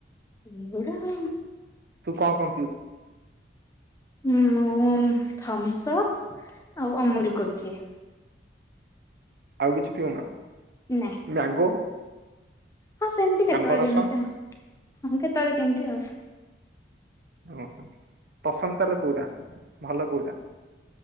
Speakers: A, on the left; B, on the right.
A: ଏ ରାକ
B: ତୁ କଣ କଣ ପିଉ?
A: ମୁଁ ଥମ୍ସ ଅପ୍ ଆଉ ଅମୁଲକୁଲ ପିଏ।
B: ଆଉ କିଛି ପିଉନା
A: ନାଇଁ
B: ମ୍ୟାଙ୍ଗୋ?
A: ହଁ ସେମିତି କେତେବେଳେ
B: ଆମ୍ବ ରସ
A: କେମିତି ଆଉ ହଁ କେତେବେଳେ କେମିତି ଆଉ।
B: ଓହୋ ପସନ୍ଦ ତାହେଲେ କୋଉଟା ଭଲ କୋଉଟା?